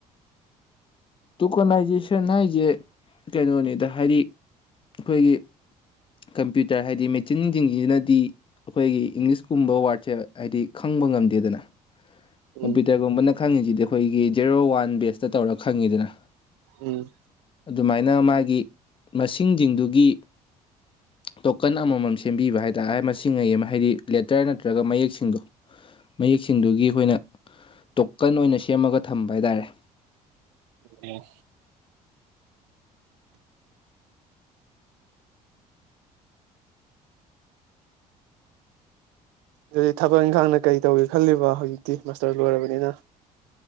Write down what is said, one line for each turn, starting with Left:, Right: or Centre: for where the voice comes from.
Left: ꯇꯣꯀꯣꯅꯥꯏꯖꯦꯁꯟ ꯍꯥꯏꯁꯦ ꯀꯩꯅꯣꯅꯤꯗ ꯍꯥꯏꯗꯤ ꯑꯩꯈꯣꯏꯒꯤ ꯀꯝꯄ꯭ꯌꯨꯇꯔ ꯍꯥꯏꯗꯤ ꯃꯦꯆꯤꯟꯁꯤꯡꯁꯤꯅꯗꯤ ꯑꯩꯈꯣꯏꯒꯤ ꯏꯪꯂꯤꯁꯀꯨꯝꯕ ꯋꯥꯔꯗꯁꯦ ꯍꯥꯏꯗꯤ ꯈꯪꯕ ꯉꯝꯗꯦꯗꯅ
Right: ꯎꯝ
Left: ꯀꯝꯄ꯭ꯌꯨꯇꯔꯒꯨꯝꯕꯅ ꯈꯪꯉꯤꯁꯤꯗꯤ ꯑꯩꯈꯣꯏꯒꯤ ꯖꯦꯔꯣ ꯋꯥꯟ ꯕꯦꯁꯇ ꯇꯧꯔ ꯈꯪꯉꯤꯗꯅ
Right: ꯎꯝ
Left: ꯑꯗꯨꯃꯥꯏꯅ ꯃꯥꯒꯤ ꯃꯁꯤꯡꯖꯤꯡꯗꯨꯒꯤ ꯇꯣꯀꯟ ꯑꯃꯃꯝ ꯁꯦꯝꯕꯤꯕ ꯍꯥꯏꯇꯥꯔꯦ ꯃꯁꯤꯉꯩ ꯑꯃ ꯍꯥꯏꯗꯤ ꯂꯦꯇꯔ ꯅꯠꯇ꯭ꯔꯒ ꯃꯌꯦꯛꯁꯤꯡꯗꯣ ꯃꯌꯦꯛꯁꯤꯡꯗꯨꯒꯤ ꯑꯩꯈꯣꯏꯅ ꯇꯣꯀꯟ ꯑꯣꯏꯅ ꯁꯦꯝꯃꯒ ꯊꯝꯕ ꯍꯥꯏꯇꯥꯔꯦ
Right: ꯎꯝ ꯑꯗꯨꯗꯤ ꯊꯕꯛ ꯏꯪꯈꯥꯡꯅ ꯀꯔꯤ ꯇꯧꯒꯦ ꯈꯜꯂꯤꯕ ꯍꯧꯖꯤꯛꯇꯤ ꯃꯥꯁꯇꯔ ꯂꯣꯏꯔꯕꯅꯤꯅ